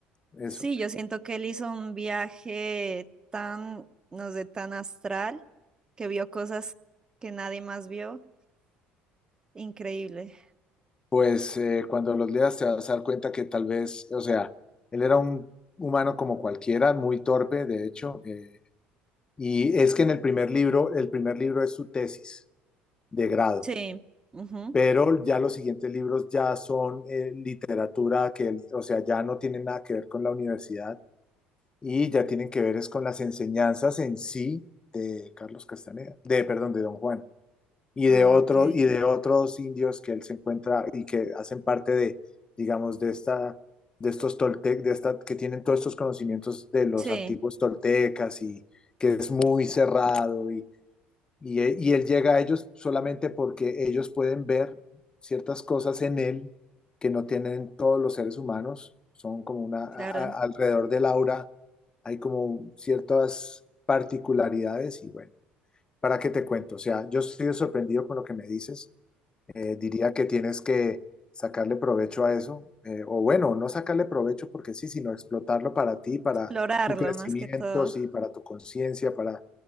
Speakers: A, on the left; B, on the right.
A: eso.
B: Sí, yo siento que él hizo un viaje tan, no sé, tan astral, que vio cosas que nadie más vio. Increíble.
A: pues eh, cuando los leas te vas a dar cuenta que tal vez, o sea, él era un humano como cualquiera, muy torpe, de hecho, eh, y es que en el primer libro, el primer libro es su tesis de grado,
B: Sí. ujú.
A: pero ya los siguientes libros ya son eh, literatura que, él- o sea, ya no tienen nada que ver con la universidad y ya tienen que ver es con las enseñanzas en sí de Carlos Castaneda, de, perdón, de Don Juan y de
B: Ah,
A: otros
B: ok.
A: y de otros indios que él se encuentra y que hacen parte de, digamos, de esta de estos toltec, de esta que tienen todos estos conocimientos de los
B: Sí,
A: antiguos toltecas y que es muy cerrado y y, e- y él llega a ellos solamente porque ellos pueden ver ciertas cosas en él que no tienen todos los seres humanos, son como una a-
B: claro.
A: a- alrededor del aura hay como ciertas particularidades y bueno, ¿Para qué te cuento? O sea, yo estoy sorprendido con lo que me dices. Eh, diría que tienes que sacarle provecho a eso, eh, o bueno, no sacarle provecho porque sí, sino explotarlo para ti, para
B: Explorarlo
A: tu crecimiento,
B: más que todo.
A: sí, para tu conciencia, para,